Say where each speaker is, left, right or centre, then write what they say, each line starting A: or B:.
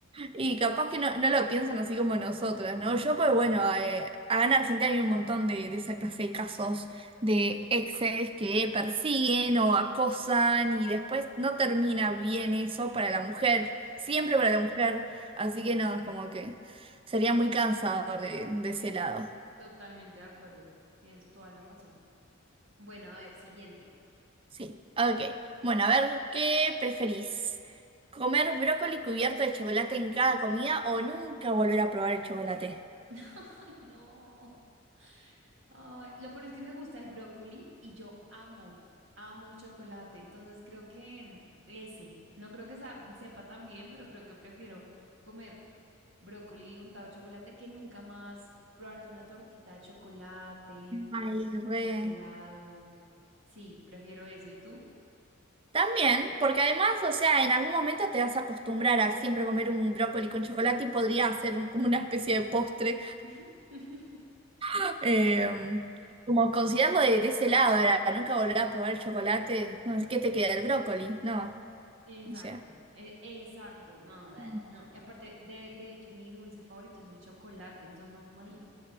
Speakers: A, on the right; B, on the right.
A: Y capaz que no, no lo piensan así como nosotras, ¿no? Yo, pues bueno, eh, acá en Argentina hay un montón de, de esa clase de casos de exes que persiguen o acosan y después no termina bien eso para la mujer, siempre
B: Total.
A: para la mujer, así que no, como que sería muy cansador de, de ese lado.
B: Totalmente de acuerdo. Tienes toda la razón. Bueno, a ver, siguiente.
A: Sí, ok. Bueno, a ver, ¿qué preferís? ¿Comer brócoli cubierto de chocolate en cada comida o nunca volver a probar el chocolate?
B: <laughs> Ay, no. Ay, lo peor es que me gusta el brócoli y yo amo, amo el chocolate. Entonces creo que mm, ese, no creo que sa- sepa tan bien, pero creo que prefiero comer brócoli untado de chocolate que nunca más probarte una tortita de chocolate
A: Ay, re.
B: o un helado. Sí, prefiero eso. ¿Y tú?
A: También, porque además, o sea, en algún momento te vas a acostumbrar a siempre comer un brócoli con chocolate y podría hacer un- como una especie de postre.
B: <laughs>
A: <laughs> Eh, como considerarlo de, de ese lado, era nunca volver a probar el chocolate. Bueno, ¿Qué te queda? ¿El brócoli? No,
B: Exacto,
A: o sea.
B: e- exacto, no, bleh,
A: Mm.
B: no. Y aparte, de, de hecho, mi dulce favorito es el chocolate, entonces no me imagino,